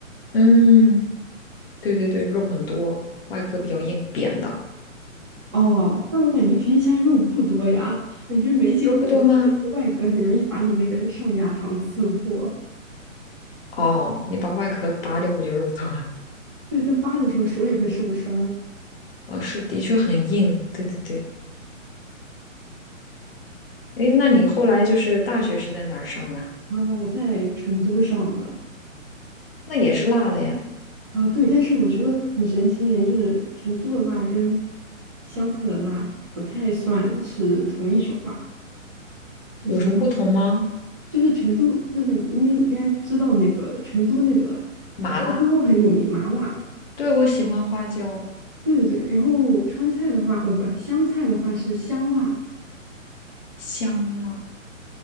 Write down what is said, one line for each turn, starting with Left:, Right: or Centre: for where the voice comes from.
Left: 嗯，对对对，肉很多，外壳比较硬，扁的，
Right: 哦，但我感觉皮皮虾肉不多呀，感觉没几口肉，
Left: 肉不多吗？
Right: 而且那个外壳很容易把你那个上牙膛刺破。
Left: 哦，你把外壳拔掉不就肉豆了？
Right: 对，但扒的时候手也会受伤。
Left: 哦，是，的确很硬。对对对。诶，那你后来就是大学是在哪儿上的？
Right: 啊，我在成都上的
Left: 那也是辣的呀，
Right: 啊，对，但是我觉得很神奇一点就是，成都的辣跟湘菜的辣不太算是同一种辣。就是。
Left: 有什么不同吗？
Right: 就是成都，就是你们应该知道那个成都那个
Left: 麻辣，
Right: 花椒很有名，麻辣。
Left: 对，我喜欢花椒、
Right: 对对对，然后川菜的话，呃，不，湘菜的话是香辣，
Left: 香辣、